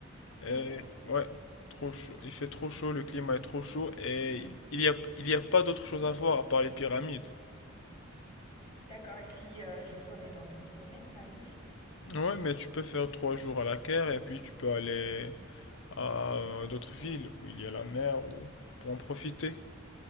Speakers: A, on the left; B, on the left.
A: Trop
B: Et,
A: chaud.
B: ouais, trop chaud. Il fait trop chaud, le climat est trop chaud et il, il y a, il y a pas d'autre chose à voir à part les pyramides.
A: D'accord. Et si euh, je ferais donc une semaine, ça irait.
B: Ouais, mais tu peux faire trois jours à la Caire et puis tu peux aller à d'autres villes où il y a la mer ou pour en profiter.